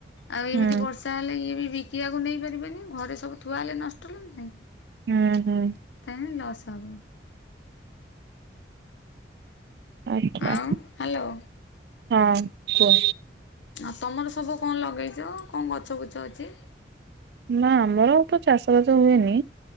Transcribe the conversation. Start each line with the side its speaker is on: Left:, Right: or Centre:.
Left: ଆଉ ଏମିତି
Right: ହୁଁ
Left: ବର୍ଷା ହେଲେ ଇଏ ବି ବିକିବାକୁ ନେଇପାରିବେନି ଘରେ ସବୁ ଥୁଆ ହେଲେ ନଷ୍ଟ ହେଲା ନାହିଁ।
Right: ହୁଁ ହୁଁ।
Left: ତାହେଲେ ଲସ୍ ହବ।
Right: ଆଛା
Left: ଆଉ ହ୍ୟାଲୋ।
Right: ହଁ କୁଅ।
Left: ଆଉ ତୁମର ସବୁ କଣ ଲଗେଇଛ? କଣ ଗଛ ବୁଛ ଅଛି?
Right: ନା ଆମର ତ ଚାଷବାସ ହୁଏନି।